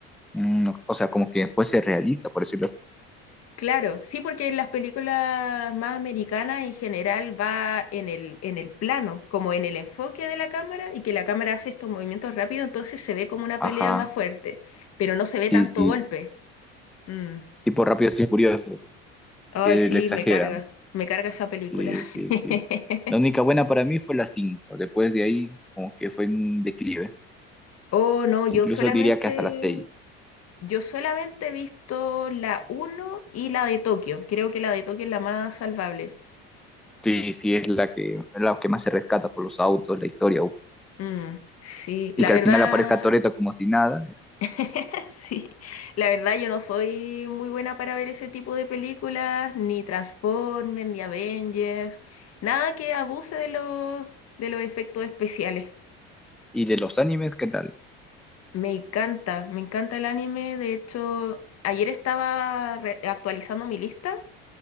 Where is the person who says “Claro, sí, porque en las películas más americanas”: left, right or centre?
Left